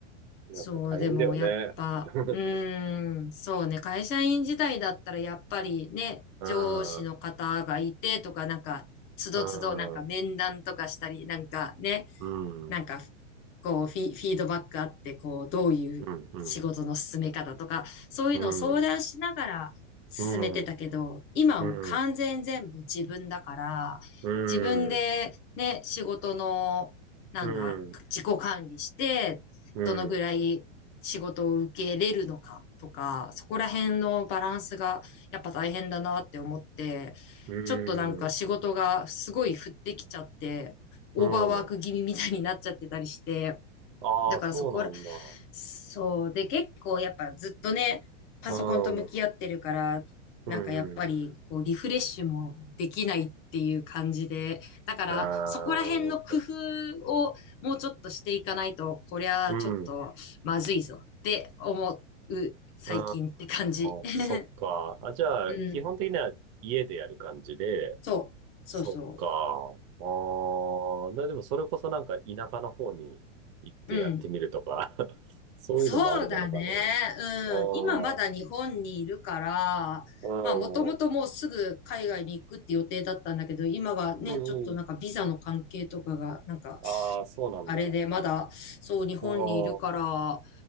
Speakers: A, on the right (about 25°); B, on the left (about 30°).
A: やっぱ大変だよね。
B: そう、でもやっぱ、
A: <laughs>
B: うーん、そうね、会社員時代だったらやっぱりね、
A: うん、
B: 上司の方がいてとか、
A: うん、
B: なんか、つどつどなんか面談とかしたり、
A: うん、
B: なんかね、
A: うん、
B: なんか、こうフィ、フィードバックあって、こう、どういう仕事の進め方とか、
A: うん、
B: そういうのを相談しながら進めてたけど、
A: うん、うん、
B: 今はもう完全全部自分だから、
A: うん、う
B: 自分でね、
A: ん、
B: 仕事の、なんだ、
A: うん、うん、
B: 自己管理して、
A: うん、
B: どのぐらい仕事を受けれるのかとか、
A: う
B: そこら辺のバランスがやっぱ大変だなって思って、
A: ん、
B: ちょっとなんか仕事がすごい降ってきちゃって、オーバーワーク気味みたいになっちゃってたりして、
A: うん。ああ、
B: だからそこ
A: そうなんだ。
B: そう。で、結構やっぱずっとね、パソコンと向き合ってるから、
A: うん。うんうん。
B: なんかやっぱりこうリフレッシュもできないっていう感じで、だからそこら辺の工夫をもうちょっとしていかないと、
A: ああ、そう
B: こりゃちょっとまずいぞって思う最近って感じ。
A: うん。あ
B: <laughs>
A: あ、そっか。あ、じゃあ、
B: うん。
A: 基本的には家でやる感じで、
B: そう。そうそ
A: そっか。ああ、なでもそれこそなんか田舎の方に行ってやってみるとか
B: う。うん。
A: <laughs> そういうのもありなのかね。
B: そうだね。
A: ああ、
B: うん。今まだ日本にいるから、
A: う
B: まあもともともうすぐ海外に行くって予定だったんだけど、
A: ん。
B: 今がね、
A: うんうん。
B: ちょっとなんかビザの関係とかが、なんか、
A: ああ、そうなんだ。
B: あれでまだ、
A: あ
B: そう日本にいるから、
A: あ、あ